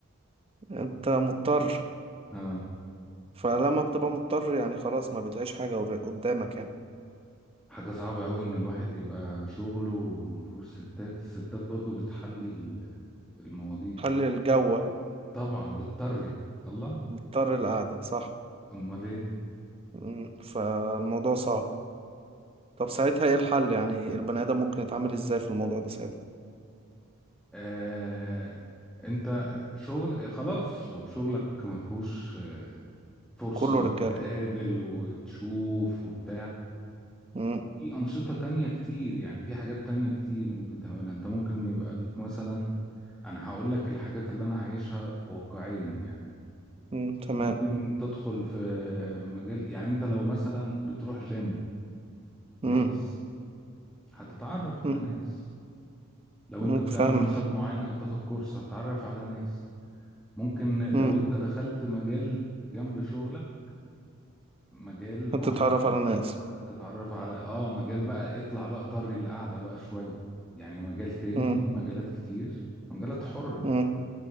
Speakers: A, on the right; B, in the centre.
A: <laughs> أنت مضطر
B: اه
A: فلما بتبقى مضطر يعني خلاص ما بتلاقيش حاجة قدامك يعني
B: حاجة صعبة أوي إن الواحد يبقى شغله ومفهوش ستات الستات برضو بتحلي ال- المواضيع
A: خلي الجو
B: طبعا بتطري الله
A: مضطر القعدة صح
B: أمال إيه
A: مم، فالموضوع صعب طب ساعتها ايه الحل يعني البني ادم ممكن يتعامل ازاي في الموضوع ده ساعتها
B: آه... أنت شغل خلاص لو شغلك مفهوش آه، فرصة
A: كله
B: إنك
A: رجاله
B: تقابل وتشوف وبتاع
A: امم
B: في أنشطة تانية كتير يعني في حاجات تانية كتير ممكن تعملها أنت ممكن يبقى ليك مثلا أنا هقول لك الحاجات اللي أنا عايشها واقعيا يعني
A: امم تمام
B: ممكن تدخل في مجال يعني انت لو مثلا بتروح جيم
A: امم
B: ميكس هتتعرف على
A: امم
B: ناس لو
A: امم
B: انت بتعمل
A: فاهمك
B: نشاط معين او تاخد كورس هتتعرف على ناس ممكن لو
A: امم
B: انت دخلت مجال جنب شغلك مجال
A: هتتعرف
B: معين
A: على ناس
B: تتعرف على اه مجال بقى اطلع بقى طري القعدة بقى شوية يعني مجال تاني
A: امم
B: في مجالات كتير مجالات حرة
A: امم